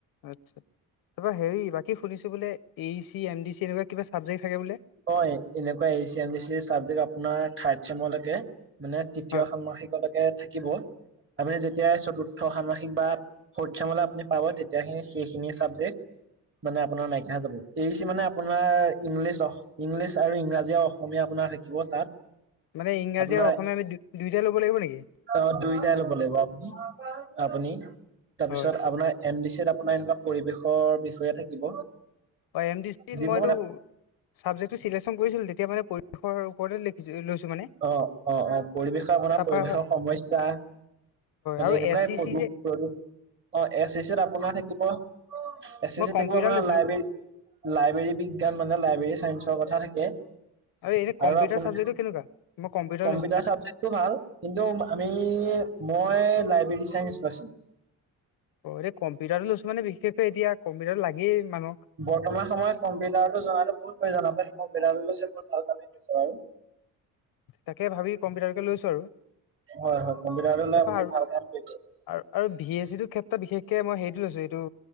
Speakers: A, on the left (about 80°); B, on the right (about 35°).
A: আচ্ছা তাৰ পৰা হেৰি বাকী শুনিছোঁ বোলে A C M D C এনেকুৱা কিবা চাবজেক্ট থাকে বোলে?
B: হয় এনেকুৱা A C M D C subject আপোনাৰ থাৰ্ত চেমৰলৈকে। মানে তৃতীয়
A: হয়
B: ষান্মাসিক লৈকে থাকিব। আপুনি যেতিয়াই চতুৰ্থ ষাম্মাসিক বা ফৰ্থ চেমলে আপুনি পাব তেতিয়াহে সেইখিনি চাবজেক্ট মানে আপোনাৰ নাইকিয়া হৈ যাব। এ ই চি মানে আপোনাৰ ইংলিছ ইংলিছ আৰু ইংৰাজী অসমীয়া আপোনাৰ থাকিব তাত।
A: মানে ইংৰাজী
B: আপোনাৰ
A: আৰু অসমীয়া আমি দুয়োটাই ল'ব লাগিব নেকি?
B: অ দুইটাই ল'ব লাগিব আপুনি আপুনি তাৰপিছত
A: হয়
B: আপোনাৰ এম ডি চি ত আপোনাৰ এনেকুৱা পৰিবেশৰ বিষয়ে থাকিব।
A: হয় এম ডি চিত
B: যিবোৰ
A: মইতো
B: মানে
A: চাবজেক্টটো চেলেকচন কৰিছিলো তেতিয়া মানে পৰিসৰ ওপৰতে লিখিছোঁ লৈছোঁ মানে।
B: অ অ অ পৰিৱেশৰ আপোনাৰ
A: তাৰপা
B: পৰিৱেশৰ
A: হয়
B: সমস্যা মানে
A: আৰু
B: এনেকুৱাই
A: এছ চি
B: প্ৰদুষ
A: চি যে
B: -প্ৰদূষ অ এছ চি চিত আপোনাৰ থাকিব এছ চি
A: মই
B: চিত
A: কম্পিউটাৰ
B: থাকিব আপোনাৰ
A: লৈছিলো
B: লাইব্ৰেৰী লাইব্ৰৰী বিজ্ঞান মানে লাইবেৰী চাইন্ঞ্চ ৰ কথা থাকে
A: এনে কম্পিউটাৰ
B: আৰু আপোনি
A: চাবজেক্টটো কেনেকুৱা মই
B: কম্পিউটাৰ
A: লৈছো
B: চাবজেক্ট টো ভাল কিন্তু আমি মই লাইব্ৰেৰী চাইন্ঞ্চ লৈছিলোঁ।
A: অ এই কম্পিউটাৰটো লৈছো মানে বিশেষকৈ এতিয়া কম্পিউটাৰত লাগেই মানুক।
B: বৰ্তমান সময়ত কম্পিউটাৰটো জনাতো বহুত প্ৰয়োজন কম্পিটাৰটো লৈছে বহুত ভাল কামেই কৰিছে বাৰু।
A: তাকে ভাবি কম্পিউটাৰকে লৈছো আৰু।
B: হয় হয় কম্পিউটাৰটো লৈ
A: তাৰপা
B: আপুনি ভাল কাম কৰিছে।
A: আৰু -আৰু ভি এচ চি টোৰ ক্ষেত্ৰত বিশেষকে মই হেৰিটো লৈছো এইটো